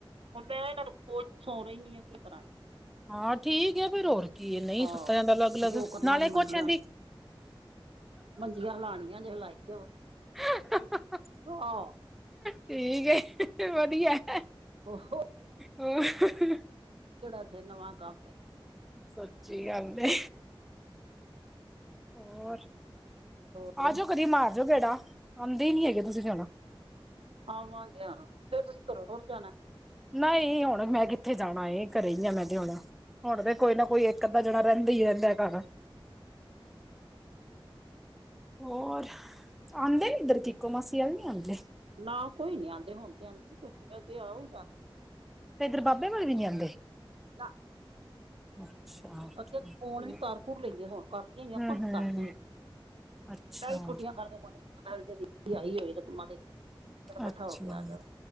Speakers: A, on the right; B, in the centre.
A: ਹੁਣ ਮੈਂ ਇਹਨਾਂ ਨੂੰ ਫੋਨ, ਫੋਨ ਹੀ ਨਹੀਂ, ਹਾਂ ਕੀ ਕਰਾ ਏ
B: ਹਾਂ ਠੀਕ ਆ, ਫਿਰ ਹੋਰ ਕੀ, ਨਹੀਂ
A: ਹਾਂ
B: ਸੁੱਤਾ ਜਾਂਦਾ ਅਲੱਗ- ਅਲੱਗ
A: ਜੋ ਕਰਨਾ
B: ਨਾਲੇ
A: ਜੇ ਮੰਜੀਆਂ
B: ਕੁਛ ਏਂਹਦੀ-
A: ਮੰਜੀਆਂ ਹਿਲਾਂੜੀਆ, ਨੇ ਹਿਲਾਈ ਜਾਓ।
B: <unintelligible>
A: <inaudible>
B: ਠੀਕ ਹੈ ਵਧੀਆ ਐ,
A: ਓਹੋ,
B: ਹੋਰ?
A: ਕਿਹੜਾ, ਇਥੇ ਨਵਾਂ ਕੰਮ ਏ
B: ਸੱਚੀ ਗੱਲ ਏ ਹੋਰ
A: ਹੋਰ
B: ਆਜੋ ਕਦੀ ਮਾਰ ਜੋ ਗੇੜਾ, ਆਂਦੇ ਈ ਨੀ ਹੈਗੇ ਤੁਸੀਂ ਤੇ ਹੁਣ
A: ਆਵਾਂਗੇ ਹੁਣ ਫੇਰ ਤੁਸੀਂ ਘਰੋਂ ਟੁੱਰ ਜਾਣਾ।
B: ਨਈ ਹੁਣ ਮੈਂ ਕਿੱਥੇ ਜਾਣਾ ਏ ਘਰੇ ਈ ਆ ਮੈਂ ਤੇ ਹੁਣ, ਹੁਣ ਤੇ ਕੋਈ ਨਾ ਕੋਈ ਇੱਕ ਅੱਧਾ ਜਣਾ ਰੈਂਦਾ ਹੀ ਰੈਂਦਾ ਘਰ ਹੋਰ, ਆਂਦੇ ਨੀ ਇੱਧਰ ਕਿਕੋ ਮਾਸੀ ਆਲ ਨੀ ਆਂਦੇ
A: ਨਾ ਕੋਈ ਨੀ ਆਂਦੇ, ਹੁਣ ਤੇ ਆਂਦੀ ਕੋਈ ਨੀ ਮੈ ਅੱਗੇ ਆ ਓ ਜਾਂਦੀ ਆ
B: ਤੇ ਇੱਧਰ ਬਾਬੇ ਵਾਲ ਵੀ ਨੀ ਆਂਦੇ
A: ਨਾ।
B: ਅੱਛਾ।
A: ਅੱਗੇ
B: ਠੀਕ
A: ਤੇ ਫੋਨ
B: ਏ
A: ਵੀ ਕਰ ਕੁਰ ਲੈਂਦੇ ਹਾ ਹੁਣ ਕਰਦੀਆਂ ਈ
B: ਹੂੰ
A: ਆਪਾਂ
B: ਹੂੰ
A: ਵੀ ਕਰਦੇ।
B: ਅੱਛਾ
A: ਮੈਂ ਵੀ ਛੁੱਟੀਆਂ ਕਰਕੇ ਕੋਣੀ ਆਈ <unintelligible>
B: ਅੱਛਾ,
A: ਹੋ ਕੇ ਆ ਜਾਵੇ